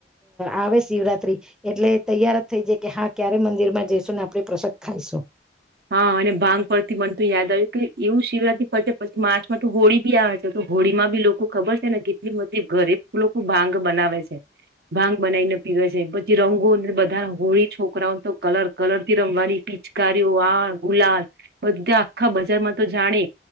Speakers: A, in the centre; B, on the right (about 55°).
A: આવે શિવરાત્રી એટલે તૈયાર જ થઈ જાય કે હા, ક્યારે મંદિર માં જઈશું ને આપે પ્રસાદ ખાઈશું.
B: હા, અને ભાંગ પરથી મન તો યાદ આવયુ કે એવું શિવરાત્રી પછ પછી માર્ચમાં તો હોળી ભી આવે છે તો હોળીમાં ભી લોકો ખબર છે ને કેટલી બધી ઘરે લોકો ભાંગ બનાવે છે, ભાંગ બનાવીને પીવે છે પછી રંગો બધા હોળી છોકરાઓ તો કલર-કલર થી રમવાની પિચકારીઓ આ ગુલા બધા આખા બજારમાં તો જાણે